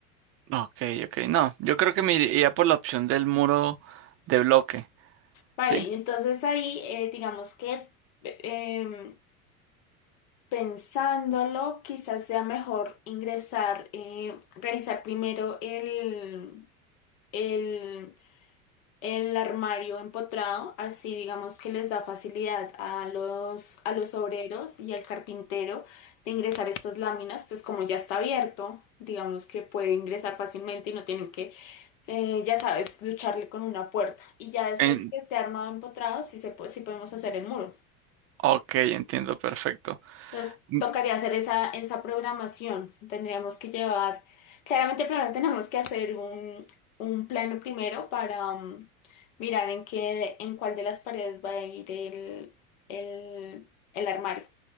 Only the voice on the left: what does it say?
Vale,
y entonces ahí eh, digamos que... em, Pensándolo, quizás sea mejor ingresar, eh, realizar primero el, el, el armario empotrado, así digamos que les da facilidad a los, a los obreros y al carpintero de ingresar estas láminas, pues como ya está abierto, digamos que puede ingresar fácilmente y no tienen que, eh, ya sabes, lucharle con una puerta. Y ya después
de que esté armado empotrado, sí, se puede, sí podemos hacer el muro.
Entonces,
tocaría hacer esa, esa programación. Tendríamos que llevar, claramente primero tenemos que hacer un, un plano primero para mm, mirar en qué, en cuál de las paredes va a ir el, el, el armario.